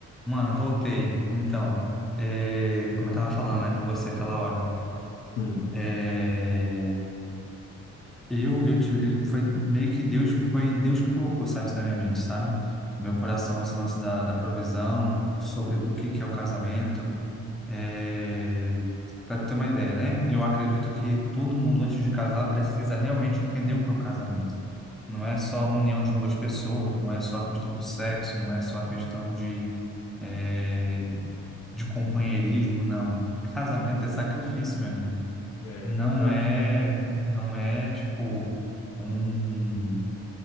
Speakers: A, in the centre; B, on the left.
A: Mano, voltei. Então, é, como eu tava falando, né, com você aquela hora,
B: Sim,
A: é, eu, eu tive, eu- foi meio que Deus, foi Deus que colocou, sabe, isso na minha mente, sabe? No Meu coração, esse lance da, da provisão, sobre o que que é o casamento, é, para ter uma ideia, né? Eu acredito que todo mundo, antes de casar, precisa realmente entender o que é o casamento. Não é só a união de duas pessoas, não é só a questão do sexo, não é só a questão de é, de companheirismo, não. Casamento é sacrifício, meu amigo.
B: É
A: Não
B: verdade.
A: é, não é tipo um,